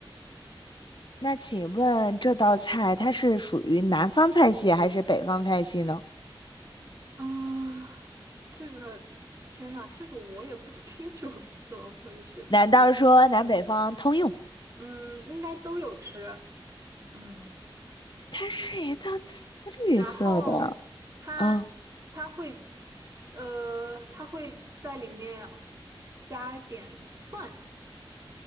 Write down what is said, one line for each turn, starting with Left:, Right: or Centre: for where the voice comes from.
Left: 那请问这道菜它是属于南方菜系还是北方菜系呢？
Right: 啊，这个天呐，这个我也不清楚 <laughs> 怎么回事。
Left: 难道说南北方通用？
Right: 嗯，应该都有吃。嗯，
Left: 它是一道紫绿色的
Right: 然后它它会
Left: 啊，
Right: 呃，它会在里面加一点蒜。